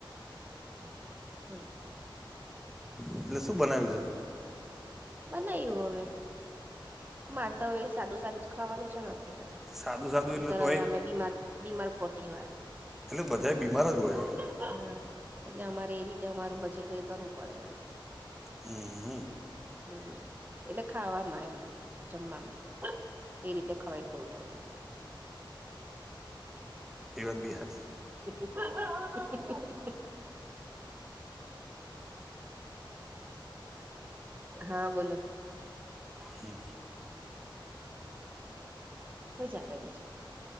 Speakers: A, on the right; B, in the centre.
A: તો બોલો
B: એટલે શું બનાવ્યું છે
A: બનાવયું હવે મારે તો હવે સાદું સાદુ જ ખાવાનું છે ને અત્યારે તો
B: છે સાદું સાદું
A: એક
B: એટલે
A: તો
B: તોય
A: રહિયા અમે બીમાર બીમાર પોટલીવાળા
B: એટલે બધા બીમાર જ હોય હવે
A: હમ્મ એટલે અમારે એ રીતે અમારું બજેટ એ કરવું પડે વરી
B: હમ્મ હ
A: હમ્મ એટલે ખાવામાં એમ જમવામાં એ રીતે ખવાય થોડું થોડું એમ
B: એ વાત બી હાચી
A: <unintelligible> <unintelligible> હા બોલો
B: હમ્મ
A: <inaudible> હુ ચાલે બીજુ